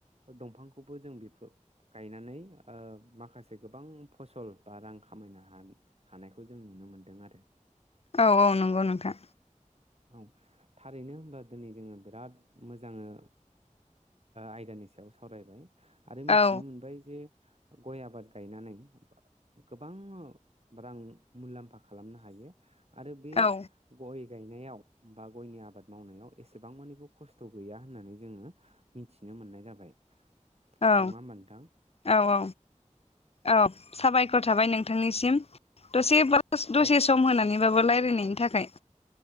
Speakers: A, on the right; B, on the left.
A: दंफां खौबो जों बेफोर गायनानै ओ माखासे गोबां फसल बा रां खामायनो हा हानायखौ जों नुनो मोन्दों आरो
B: औ औ नंगौ नोंथां
A: औ थारैनो होनबा दिनै जोङो बिराद मोजां ओ आयदानि सायाव सावरायबाय आरो मिथिनो
B: औ
A: मोनबाय जे गय आबाद गायनानै गोबां रां मुलाम्फा खालामनो हायो आरो बे
B: औ
A: गय गायनायाव बा गयनि आबाद मावनायाव एसेबां मानिबो खस्थ' गैया होननानै जोङो मिथिनो मोननाय जाबाय
B: औ
A: नङा होमबा नोंथां
B: औ औ औ साबायखर थाबाय नोंथांनिसिम दसे ब दसे
A: औ
B: सम होनानैबाबो रायलायनायनि थाखाय